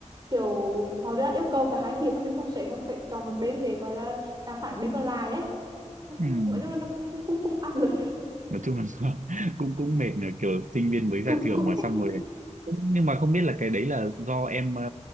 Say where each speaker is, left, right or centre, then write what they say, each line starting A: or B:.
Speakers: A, on the right (about 35°); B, on the right (about 80°).
A: kiểu họ đưa ra yêu cầu cả hai phía xong mình không sẽ không phải chọn một bên để gọi là làm phản bên còn lại ấy nó
B: Ừm,
A: cũng nói chung là nó cũng cũng, cũng áp lực
B: nói chung là <laughs> cũng cũng mệt nữa kiểu sinh viên mới ra
A: <laughs> cũng
B: trường
A: cũng
B: mà xong rồi nhưng mà không biết là cái đấy là do em ờ,